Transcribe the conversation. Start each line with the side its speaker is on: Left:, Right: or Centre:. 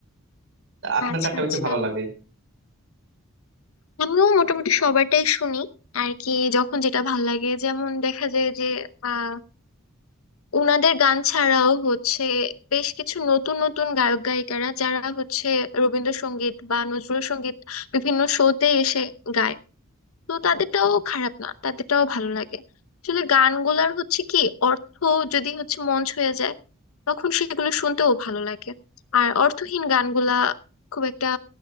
Right: তা আপনার
Left: আচ্ছা
Right: কারটা বেশি
Left: আচ্ছা
Right: ভালো লাগে
Left: আমিও মোটামুটি সবারটাই শুনি আর কি যখন যেটা ভালো লাগে যেমন দেখা যায় যে আহ ওনাদের গান ছাড়াও হচ্ছে বেশ কিছু নতুন নতুন গায়ক গায়িকারা যারা হচ্ছে রবীন্দ্রসঙ্গীত বা নজরুল সঙ্গীত বিভিন্ন শোতে এসে গায় তো তাদেরটাও খারাপ না তাদেরটাও ভালো লাগে আসলে গানগুলার হচ্ছে কি অর্থ যদি হচ্ছে মন ছুঁয়ে যায় তখন সেগুলো শুনতেও ভালো লাগে আর অর্থহীন গানগুলা খুব একটা